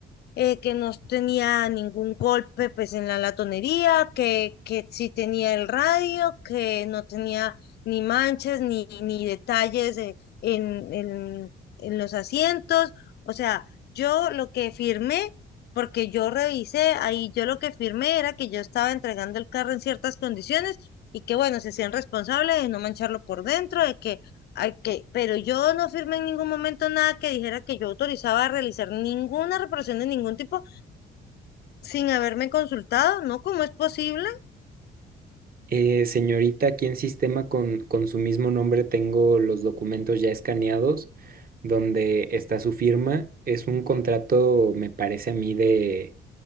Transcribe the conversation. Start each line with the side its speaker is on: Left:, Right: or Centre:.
Left: eh, que no tenía ningún golpe pues en la latonería, que, que sí tenía el radio, que no tenía ni manchas ni, ni detalles eh, en, en, en los asientos. O sea, yo lo que firmé, porque yo revisé ahí, yo lo que firmé era que yo estaba entregando el carro en ciertas condiciones y que bueno, se sean responsables de no mancharlo por dentro, de que Ok, pero yo no firmé en ningún momento nada que dijera que yo autorizaba a realizar ninguna reparación de ningún tipo sin haberme consultado, ¿no? ¿Cómo es posible?
Right: Eh, señorita, aquí en sistema con, con su mismo nombre tengo los documentos ya escaneados donde está su firma. Es un contrato, me parece a mí, de,